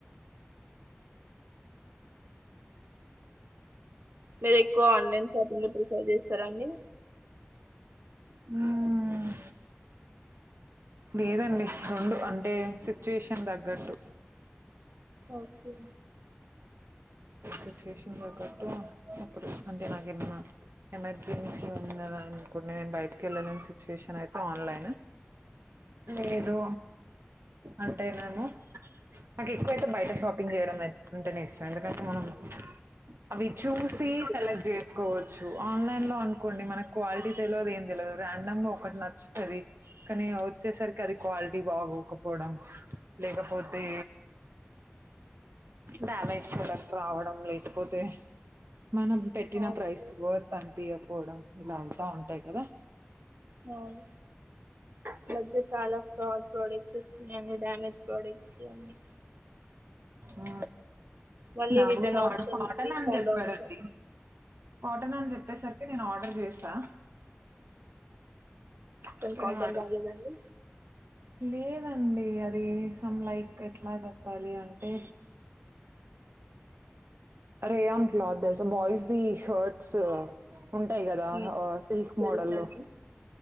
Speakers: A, on the right; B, on the right.
A: మీరు ఎక్కువ ఆన్లైన్ షాపింగ్ లో ప్రిఫర్ చేస్తారా అండి
B: హ్మ్ లేదండి రెండు అంటే సిచ్యుయేషన్ తగ్గట్టు
A: ఓకే
B: సిచ్యువేషన్ తగటు ఇప్పుడు అంటే నాక్ ఏమన్నా ఎమర్జెన్సీ ఉంది అనుకునే బైట్కి వెళ్ళలేన్ సిచ్యువేషన్ అయితే ఆన్లైన్. లేదు అంటే నేను నాకు ఎక్కువ అయితే బయట షాపింగ్ చేయడంంటేనే ఇష్టం ఎందుకంటే. మనం అవి చూసి
A: చూసింది
B: సెలెక్ట్ చేసుకోవచ్చు ఆన్లైన్ <unintelligible> అనుకోండి మనకి క్వాలిటీ తెలియదు ఏం తెలియదు. రాండమ్ ఒకటి నచ్చుతుంది కానీ వచ్చేసరికి అది క్వాలిటీ బాగోకపోవడం లేకపోతే డ్యామేజ్ కూడా రావడం లేకపోతే మనం పెట్టిన
A: అవునండి
B: ప్రైస్ వర్త్ అనిపియదు పోవడం ఇలా అంతా ఉంటాయి కదా
A: అవును ఈ మధ్యలో చాలా ఫ్రాడ్ ప్రొడక్ట్స్ వస్తున్నాయి డమేజ్ అయినవి. ప్రొడక్ట్స్ అన్ని
B: ఉ
A: మళ్ళీ
B: నా
A: రిటర్న్
B: కూడా
A: ఆప్షన్
B: వాడు కాటన్
A: రీఫండ్
B: అని చెప్పాడండి
A: ఆప్షన్
B: కాటన్ అని చెప్పేసరికి నేను ఆర్డర్ చేసిన హ
A: కానీ
B: అట్లానే
A: కాంటెంట్ రాలేదండి
B: మేడం లేేదండి సమ్ లైక్ ఎట్లా చెప్పాలి అంటే రేయాన్ క్లాత్ తెలుసా బాయ్స్ ది షర్ట్స్ ఉంటాయి కదా
A: ఉమ్,
B: ఆ సిల్క్
A: తెలుసండి
B: మోడల్ల్లో